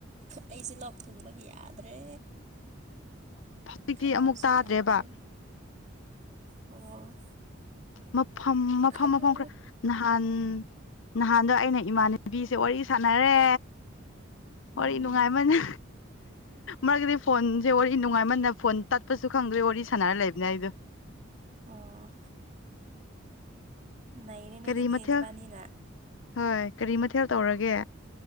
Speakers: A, on the right; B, on the left.
A: ꯑꯩꯁꯦ ꯂꯣꯛ ꯊꯨꯡꯕꯒꯤ ꯌꯥꯗ꯭ꯔꯦ
B: ꯍꯧꯖꯤꯛꯇꯤ
A: ꯈꯅꯥꯎꯁꯨ
B: ꯑꯃꯨꯛ ꯇꯥꯗ꯭ꯔꯦꯕ
A: ꯌꯥꯗ꯭ꯔꯦ ꯑꯣ
B: ꯃꯐꯝ ꯃꯐꯝ
A: ꯈꯅꯥ
B: ꯃꯐꯝ ꯈꯔ ꯅꯍꯥꯟ ꯅꯍꯥꯟꯗꯣ ꯑꯩꯅ ꯏꯃꯥꯟꯅꯕꯤꯁꯦ ꯋꯥꯔꯤ ꯁꯥꯟꯅꯔꯦ ꯋꯥꯔꯤ
A: ꯎꯝ
B: ꯅꯨꯡꯉꯥꯏꯃꯟꯅꯦ ꯃꯔꯛꯇꯗꯤ ꯐꯣꯟꯁꯦ ꯋꯥꯔꯤ ꯅꯨꯡꯉꯥꯏꯃꯟꯅ ꯐꯣꯟ ꯇꯠꯄꯁꯨ ꯈꯪꯗ꯭ꯔꯦ ꯋꯥꯔꯤ ꯁꯥꯟꯅꯔ ꯂꯩꯕꯅꯤ ꯑꯩꯗꯣ
A: ꯑꯣ ꯅꯩꯅꯔꯦ ꯅꯩꯅꯔꯦꯗꯤꯅꯦꯕꯅꯤꯅ
B: ꯀꯔꯤ ꯃꯊꯦꯜ ꯍꯣꯏ ꯀꯔꯤ ꯃꯊꯦꯜ ꯇꯧꯔꯒꯦ